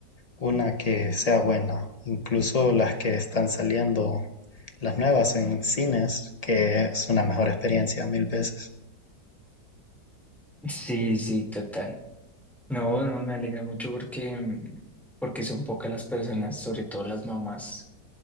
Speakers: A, on the left; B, in the centre.
A: una que sea buena. Incluso las que están saliendo, las nuevas en cines, que es una mejor experiencia mil veces.
B: Sí, sí, total. No, no, me alegra mucho porque, mm, porque son pocas las personas, sobre todo las mamás.